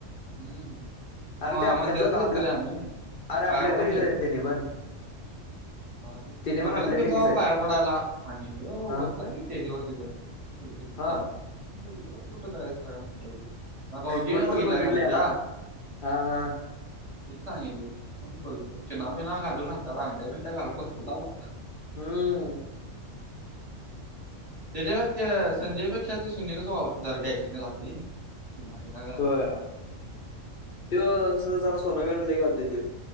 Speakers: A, on the right; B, on the left.
A: हम्
B: अरे
A: मा...
B: ते आपल्यातला
A: मंदिरात गेलतो
B: आपला
A: रे.. आम्ही,
B: अरे आपल्यापैकीच
A: पाया पडा की
B: आहे रे त्याने पण
A: हा.. तेच की मंदिरात
B: त्याने पण आपल्यापैकीच
A: गेल.. तो
B: आहेत
A: पाया पडायला आणि ह्यो..
B: हा
A: बसला की स्टेज वर तिथ खुर्ची म्हणल...
B: हा
A: कुठं काय <unintelligible> भाऊजीने
B: कुठं
A: बघितला
B: तर बघितलं
A: रे आमच्या
B: याला हा हा
A: त्यांनी सांगितले, मग मी बघितल
B: हम्म
A: चिना- बिना घालूनात, हाताला अंगट्या -बिंगट्या घालून बसलेला बाबा.
B: हम्म
A: त्याच्यात त्या संजयपेक्षा ते सुनीलाच वावरतय जरा डॅशीनगला आणि पिना बिना
B: होय... त्यो जरा सोनं- विन लय घालतेती.